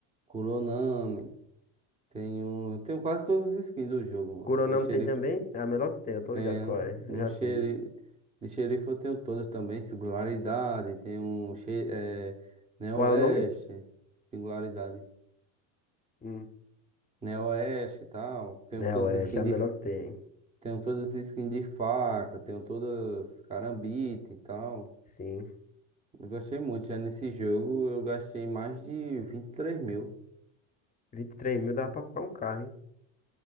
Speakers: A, on the right (about 15°); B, on the left (about 20°).
A: Kuronami, tenho. Tenho quase todas as skins do jogo,
B: Coronamo
A: mano. De xerife
B: tem também? É a melhor que tem, eu tô
A: tenho.
B: ligado qual é.
A: No
B: Eu já
A: xeri-
B: tive.
A: De xerife eu tenho todas também, singularidade, tenho xe... é... Neo-Oeste,
B: Qual é o nome?
A: singularidade.
B: Hum.
A: Neo-Oeste e tal. Tenho
B: Não,
A: todas
B: é,
A: as
B: essa
A: skins
B: é a melhor
A: de.
B: que tem.
A: Tenho todas as skins de faca, tenho todas carambite e tal.
B: Sim.
A: Eu gastei muito. Já nesse jogo eu gastei mais de 23 mil.
B: vinte e três mil dá pra comprar um carro, hein?